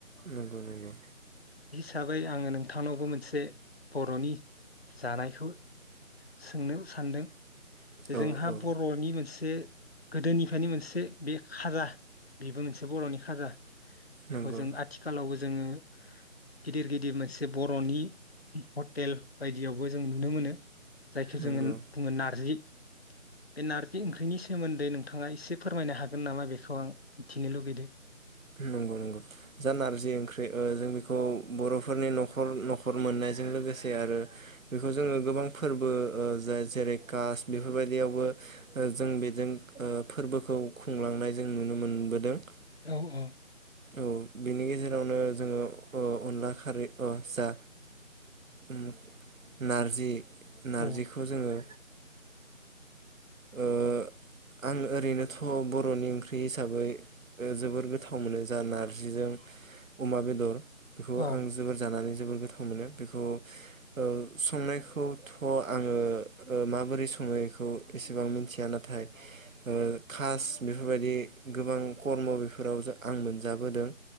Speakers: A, on the right; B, on the left.
A: नंगौ नंगौ।
B: दा बै आङो नोंथांनावबो मोनसे बर'नि जानायखौ सोंनो सानदों। जे
A: औ
B: जोंहा
A: औ
B: बर'नि मोनसे गोदोनि फ्रा बिखायनो मोनसे बे खाजा बेबो मोनसे बर'नि खाजा बेखौ
A: नंगौ
B: जों आथिखालावबो जोङो गिदिर गिदिर मोनसे बर'नि हटेल बायदियावबो जों नुनो मोनो जायखो
A: नंगौ
B: जोङो नार्जि बे नारजि ओंख्रिनि सोमोन्दै नोंथाङा एसे फोरमायनो हागोन नामा बेखौ आं मिथिनो लुगैदो
A: नंगौ नंगौ जा नारजि ओंख्रि ओ जों बेखौ बर'फोरनि न'खर न'खर मोननायजों लोगोसे आरो बेखौ जोङो गोबां फोरबो ओ जाय जेरै कास बेफोरबायदियावबो ओ जों बेजों ओ फोरबोखौ खुंलांनाय जों नुनो मोनबोदों।
B: औ औ।
A: औ बिनि गेजेरावनो जोङो ओ अनला खारै ओ जा उम नारजि नारजिखौ
B: औ
A: जोङो ओ आं ओरैनोथ' बर'नि ओंख्रि हिसाबै ओ जोबोर गोथाव मोनो जा नारजिजों अमा बेदर। बेखौ
B: औ
A: आं जोबोर जानानै जोबोर गोथाव मोनो बेखौ ओ संनायखौथ' आङो ओ माबोरै सङो एखौ एसेबां मिथिया नाथाय ओ खास बेफोरबायदि गोबां खर्म' बेफोराव जो आं मोनजाबोदों।